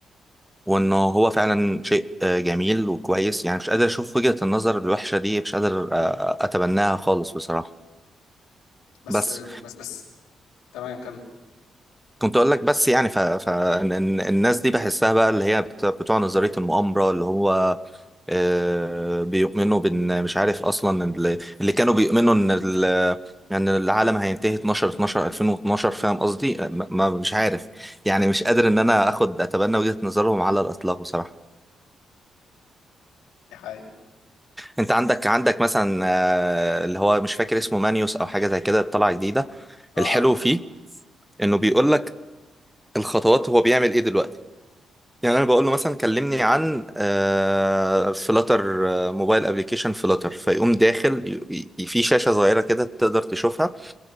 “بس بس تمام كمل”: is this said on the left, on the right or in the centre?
Left